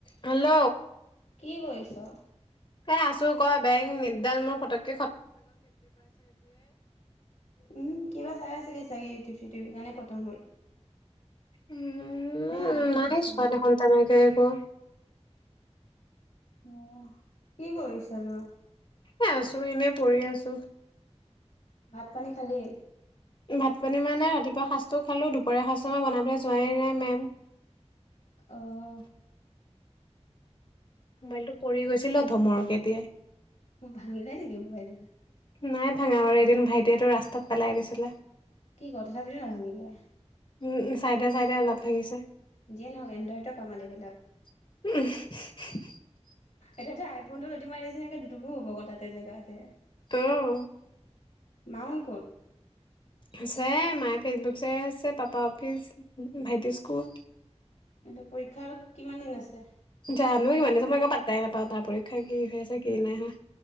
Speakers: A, on the left (about 45°); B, on the left (about 85°).
A: Hello.
B: কি কৰিছ।
A: হে আছো ক বেং মোৰক।
B: উম, কিবা চাই আছিলি চাগে ইউটিউব চিটিউবিৰ কাৰণে কটম হ'ল।
A: উম,
B: নে আপডেট
A: নাইছোৱা
B: দিছিলে।
A: এখন তেনেকে একো।
B: অঁ, কি কৰিছ নো?
A: এ, আছো এনেই পঢ়ি আছো।
B: ভাত পানী খালি?
A: ভাত পানী মান নাই ৰাতিপুৱা সাঁজটোও খালোঁ দুপৰীয়া সাঁজমাৰ বনাবলৈ যোৱেই নাই মেম।
B: অঁ।
A: মোবাইলতটো পৰি গৈছিলে। প্ৰথমৰ।
B: ভাঙিল নেকি মোবাইল?
A: নাই। ভাঙা, আৰু এদিন ভাইটিয়েটো ৰাস্তাত পেলাই গৈছিলে।
B: কি কথাত ভাঙিলে।
A: উম, চাইডে চাইদে অলপ ভাগিছে।
B: যিয়ে নহওক এনডয়তো কমাল এইিবিলাক।
A: উম।
B: এতিয়া যে আইফোনটো লদি মাৰিছে তেনেকে দুটোকো হ'ব ক তাতে জেগাতে।
A: অঁ।
B: মা হঁত ক'ত?
A: আছে মায়ে ফেচবুক চাই আছে পাপা অফিচ। ভাইটি স্কুল।
B: কিন্তু পৰীক্ষাৰ কিমান দিন আছে।
A: জানো কিমান দি মই আকৌ পাত্তাই নাপাওঁ তাৰ পৰীক্ষা কি হৈ আছে কি নাই হোৱা।